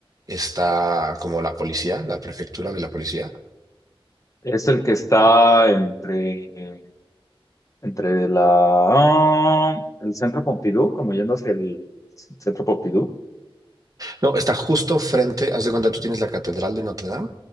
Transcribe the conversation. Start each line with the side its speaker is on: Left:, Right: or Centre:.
Right: está como la policía, la prefectura de la policía?
Left: Es el que está entre, entre la, ah, el Centro Pompidou, como yendo hacia el Centro Pompidou.
Right: No, está justo frente, haz de cuenta, tú tienes la Catedral de Notre Dame